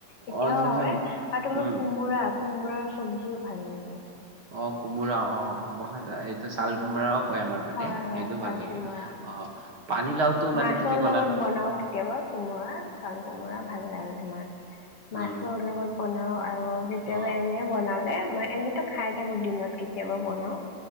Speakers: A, on the left; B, on the right.
A: এতিয়াও
B: অ নহয়
A: হয় আৰু তোমাৰ
B: উম
A: কোমোৰা, কোমৰাাৰ চব্জিও ভাল লাগে।
B: অ', কোমোৰা অ', মই এইটো ছাল ুমৰাও কয় আমাৰ পানে
A: হয়
B: সেইটো
A: হয় চাল
B: ভাল লাগে
A: কোমোৰা
B: অ'। পানীলাওতো মানে
A: মাছৰ
B: তুমি ক'লা
A: লগত
B: নহ
A: বনাও কেতিয়াবা কোমোৰা চাল কোমোৰা ভাল লাগে তোমাৰ। মাছৰ
B: উম
A: লগত বনাও আৰু কেতিয়াবা
B: অ
A: এনে বনালে মই এনেতো খাই থাকো দিনত কেতিয়াবা বনাও।